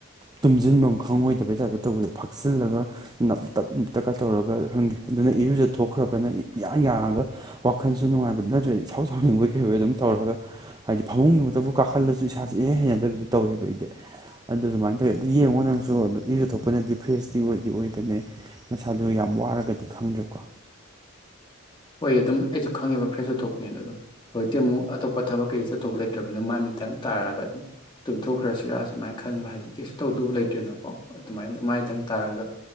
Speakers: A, on the right; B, on the left.
A: ꯇꯨꯝꯁꯤꯟꯐꯝ ꯈꯪꯉꯣꯏꯗꯕꯩ ꯇꯥꯏꯞꯇ ꯇꯧꯕꯗꯣ ꯐꯛꯆꯤꯜꯂꯒ ꯅꯞꯇꯛ ꯅꯞ ꯇꯛꯀ ꯇꯧꯔꯒ ꯈꯪꯗꯦ ꯑꯗꯨꯅ ꯏꯔꯨꯖ ꯊꯣꯛꯈ꯭ꯔꯒꯅ ꯏꯌꯥꯡ ꯌꯥꯡꯉꯒ ꯋꯥꯈꯜꯁꯨ ꯅꯨꯡꯉꯥꯏꯕꯗꯨ ꯅꯠꯇ꯭ꯔꯗꯤ ꯏꯁꯥꯎ ꯁꯥꯎꯅꯤꯡꯕꯩ ꯀꯩꯍꯣꯏ ꯑꯗꯨꯝ ꯇꯧꯔꯒ ꯍꯥꯏꯗꯤ ꯐꯃꯨꯡꯒꯤꯃꯛꯇꯕꯨ ꯀꯥꯈꯠꯂꯁꯨ ꯏꯁꯥ ꯍꯩꯅꯗꯕꯤꯁꯨ ꯇꯧꯋꯦꯕ ꯑꯩꯗꯤ ꯑꯗꯨ ꯑꯗꯨꯃꯥꯏꯅ ꯇꯧꯋꯦ ꯑꯗꯨ ꯌꯦꯡꯉꯣ ꯅꯪꯁꯨ ꯑꯗꯨ ꯏꯁꯨ ꯊꯣꯛꯄꯅꯗꯤ ꯐ꯭ꯔꯦꯁꯇꯤ ꯑꯣꯏꯗꯤ ꯑꯣꯏꯕꯅꯦ ꯅꯁꯥꯗꯨ ꯌꯥꯝ ꯋꯥꯔꯒꯗꯤ ꯈꯪꯗ꯭ꯔꯦꯀꯣ
B: ꯍꯣꯏ ꯑꯗꯨꯝ ꯑꯩꯁꯨ ꯈꯪꯉꯦꯕ ꯐ꯭ꯔꯦꯁ ꯎꯊꯣꯛꯄꯅꯦ ꯑ ꯑꯗꯣ ꯍꯧꯖꯤꯛꯇꯤ ꯑꯃꯨꯛ ꯑꯇꯣꯞꯄ ꯊꯕꯛ ꯀꯩꯀ ꯆꯠꯊꯣꯛꯧꯕ ꯂꯩꯇ꯭ꯔꯅꯤꯅ ꯃꯥꯏ ꯃꯤꯇꯪ ꯇꯥꯔꯒ ꯑꯗꯨꯝ ꯇꯨꯝꯊꯣꯛꯈ꯭ꯔꯁꯤꯔꯥ ꯁꯁꯨꯃꯥꯏꯅ ꯈꯟꯕ ꯍꯥꯏꯗꯤ ꯀꯩꯁꯨ ꯇꯧꯗꯕ ꯂꯩꯇ꯭ꯔꯤꯅꯣꯀꯣ ꯑꯗꯨꯃꯥꯏꯅ ꯃꯥꯏꯗꯪ ꯇꯥꯔꯒ